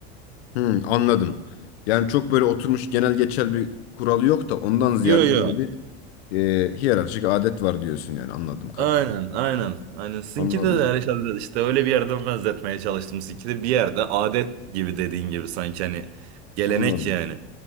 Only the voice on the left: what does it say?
Hmm, anladım. Yani çok böyle oturmuş genel geçer bir kuralı yok da ondan ziyade
böyle bir e, hiyerarşik adet var diyorsun yani anladım kadarıyla.
Anladım.
Anladım.